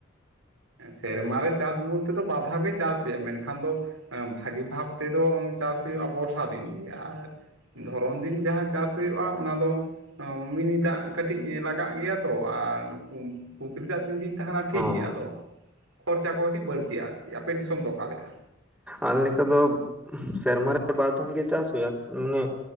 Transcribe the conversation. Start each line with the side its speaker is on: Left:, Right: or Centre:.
Right: ᱥᱮᱨᱢᱟ ᱨᱮ ᱪᱟᱥ ᱵᱚᱞ ᱛᱮ ᱫᱚ ᱵᱟᱨ ᱫᱷᱟᱣ ᱜᱮ ᱪᱟᱥ ᱦᱩᱭᱩᱜ-ᱟ ᱢᱮᱱᱠᱷᱟᱱ ᱫᱚ ᱵᱷᱟᱹᱜᱤ ᱵᱷᱟᱵᱽ ᱛᱮᱫᱚ ᱪᱟᱥ ᱦᱩᱭᱩᱜ-ᱟ ᱵᱚᱨᱥᱟ ᱫᱤᱱ ᱜᱮ ᱟᱨ ᱫᱷᱚᱨᱚᱢ ᱫᱤᱱ ᱡᱟᱦᱟᱸ ᱪᱟᱥ ᱦᱩᱭᱩᱜ-ᱟ ᱚᱱᱟ ᱫᱚ ᱢᱤᱱᱤ ᱫᱟᱜ ᱠᱟᱹᱴᱤᱡ ᱞᱟᱜᱟᱜ ᱜᱮᱭᱟ ᱛᱚ ᱟᱨ ᱯᱩᱠᱷᱨᱤ ᱫᱟᱜ ᱛᱤᱱ ᱫᱤᱱ ᱛᱟᱦᱮᱸᱱᱟ ᱴᱷᱤᱠ
Centre: ᱚ
Right: ᱜᱮᱭᱟ ᱟᱫᱚ ᱠᱷᱚᱨᱪᱟ ᱠᱚ ᱠᱟᱹᱴᱤᱡ ᱵᱟᱹᱲᱛᱤᱜ-ᱟ ᱟᱨᱠᱤ ᱟᱯᱮ ᱫᱤᱥᱚᱢ ᱫᱚ ᱚᱠᱟ ᱞᱮᱠᱟ
Centre: ᱟᱞ ᱞᱮᱠᱟ ᱫᱚ ᱥᱮᱨᱢᱟ ᱨᱮ ᱵᱟᱨ ᱫᱷᱟᱢ ᱜᱮ ᱪᱟᱥ ᱦᱩᱭᱩᱜᱼᱟ ᱢᱟᱱᱮ